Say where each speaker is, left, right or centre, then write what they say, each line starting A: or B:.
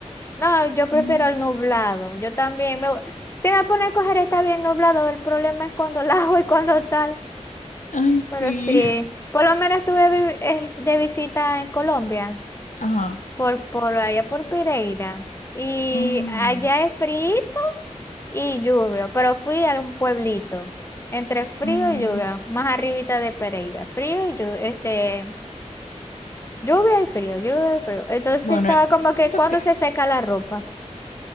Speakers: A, on the left; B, on the left.
A: no, yo prefiero
B: Mm,
A: el nublado. Yo también me... gu- Si me pone a coger está bien nublado, el problema es cuando <laughs> la hago y cuando tal.
B: ay, sí.
A: Pero sí,
B: <laughs>
A: por lo menos estuve vi- eh, de visita en Colombia,
B: Ajá.
A: por, por allá por Pereira. Y
B: Mm,
A: allá es frío y lluvia, pero fui a un pueblito, entre frío
B: mm.
A: y lluvia, más arribita de Pereira. Frío y lluvia, este... Lluvia y frío, lluvia y frío. Entonces
B: Bueno,
A: estaba
B: eh,
A: como
B: siento
A: que cuando
B: que...
A: se seca la ropa.